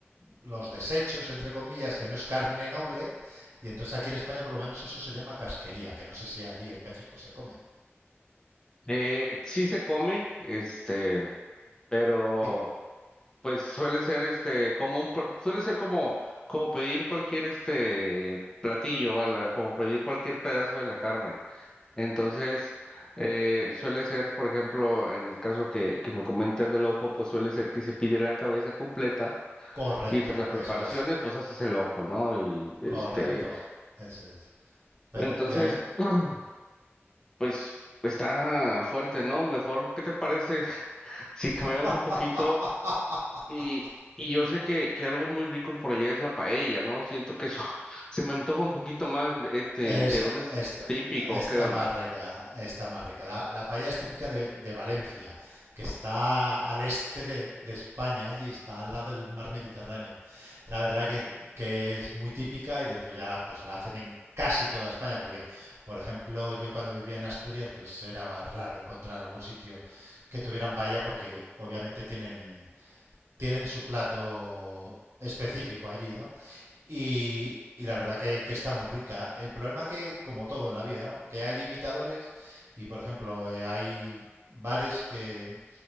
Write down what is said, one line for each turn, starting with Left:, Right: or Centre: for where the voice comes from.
Right: los desechos, entre comillas, que no es carne noble, y entonces aquí en España por lo menos eso se llama casquería, que no sé si allí en México se come.
Left: Eh, sí se come, este, pero
Right: Y-
Left: pues suele ser este como un pr- suele ser como como pedir cualquier este platillo, ¿vale? Como pedir cualquier pedazo de la carne. Entonces, eh, suele ser, por ejemplo, en el caso que, que me comentas del ojo, pues suele ser que se pide la cabeza completa
Right: correcto,
Left: y entre las preparaciones,
Right: eso es,
Left: pues haces el ojo, ¿no? Y este,
Right: correcto, eso es. Pero
Left: entonces,
Right: ya...
Left: <clears throat> pues está fuerte, ¿no? Mejor, ¿qué te parece <laughs> si
Right: <laughs>
Left: cambiamos un poquito? Y, y yo sé que, que algo muy rico por allá es la paella, ¿no? Siento que eso <laughs> se me antoja un poquito más, este,
Right: Es,
Left: ¿de dónde es
Right: esta-
Left: típico?
Right: está
Left: ¿Qué onda?
Right: más rica, está más rica. La, la paella es típica de, de Valencia, que está al este de, de España y está al lado del mar Mediterráneo. La verdad que, es- que es muy típica y después ya pues la hacen en casi toda España, porque por ejemplo yo cuando vivía en Asturias pues era raro encontrar algún sitio que tuvieran paella porque obviamente tienen tienen su plato específico allí, ¿no? Y, y la verdad que, que está muy rica. El problema que, como todo en la vida, ¿no? Que hay imitadores y, por ejemplo, eh, hay bares que,